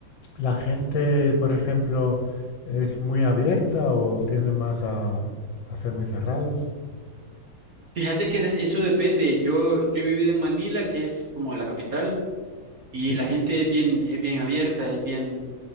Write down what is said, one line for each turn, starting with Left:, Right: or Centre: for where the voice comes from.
Left: la gente, por ejemplo, es muy abierta o tiende más a, a ser muy cerrados.
Right: Fíjate que de- eso depende. Yo, yo he vivido en Manila, que es como la capital, y
Left: Sí,
Right: la gente es bien, es bien abierta, es bien.